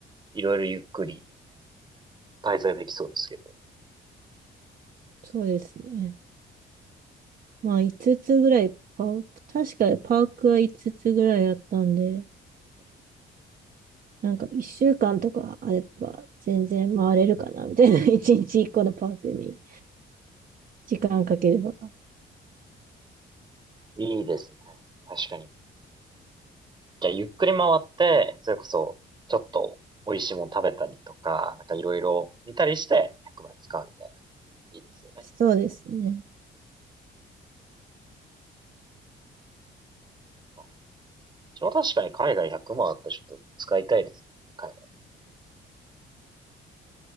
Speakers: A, on the right; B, on the right.
A: いろいろゆっくり滞在できそうですけど。
B: そうですね。まあ5つつぐらいパーク、確かにパークは5つつぐらいあったんで、
A: うんうん
B: なんか1週間とかあれば全然回れるかなみたいな、<laughs> 1日1個のパークに時間かければ。
A: いいですね。確かに。じゃあ、ゆっくり回って、それこそ、ちょっと美味しいもの食べたりとか、なんかいろいろ見たりして、100万使うみたいな。いいですよね。
B: そうですね。
A: まあ、私も確かに海外100万あったらちょっと使いたいですね。海